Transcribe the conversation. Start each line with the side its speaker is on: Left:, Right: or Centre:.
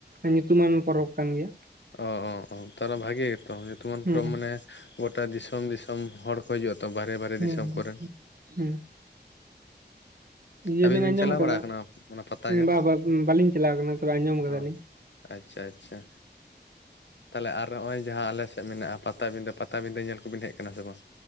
Right: ᱧᱩᱛᱩᱢᱟᱱ ᱯᱚᱨᱚᱵᱽ ᱠᱟᱱ ᱜᱮᱭᱟ,
Left: ᱚ ᱚ ᱛᱟᱦᱚᱞᱮ ᱵᱷᱟᱜᱮ ᱜᱮᱛᱚ ᱧᱩᱛᱩᱢᱟᱱ
Right: ᱦᱩᱸ
Left: ᱯᱩᱨᱚᱵ ᱢᱟᱱᱮ ᱜᱚᱴᱟ ᱫᱤᱥᱚᱢ ᱫᱤᱥᱚᱢ ᱦᱚᱲ, ᱠᱷᱚᱡᱩᱜ-ᱟᱛᱚ ᱵᱟᱦᱨᱮ ᱵᱟᱦᱨᱮ
Right: ᱦᱩᱸ
Left: ᱫᱤᱥᱚᱢ
Right: ᱦᱩᱸ
Left: ᱠᱚᱨᱮᱱ,
Right: ᱦᱩᱸ ᱤᱭᱟᱹ
Left: ᱟᱹᱵᱤᱱ ᱵᱤᱱ
Right: ᱟᱸᱡᱚᱢ
Left: ᱪᱟᱞᱟᱣ
Right: ᱠᱟᱫᱟ
Left: ᱵᱟᱲᱟ ᱟᱠᱟᱱᱟ ᱚᱱᱟ ᱯᱟᱛᱟ ᱧᱮᱞ
Right: ᱵᱟ ᱵᱟ ᱵᱟᱹᱞᱤᱧ ᱪᱟᱞᱟᱣ ᱠᱟᱱᱟ ᱛᱚᱵᱮ ᱟᱸᱡᱚᱢ ᱠᱟᱫᱟᱞᱤᱧ
Left: ᱚ ᱟᱪᱪᱷᱟ ᱟᱪᱪᱷᱟ ᱛᱟᱦᱚᱞᱮ ᱟᱨ ᱱᱚᱜᱼᱚᱭ ᱡᱟᱦᱟᱸ ᱟᱞᱮ ᱥᱮᱫ ᱢᱮᱱᱟᱜ-ᱟ ᱯᱟᱵᱤᱸᱫᱟᱹ ᱯᱟᱵᱤᱸᱫᱟᱹ ᱧᱮᱞ ᱠᱚᱵᱤᱱ ᱦᱮᱡ ᱠᱟᱱᱟ ᱥᱮ ᱵᱟᱝ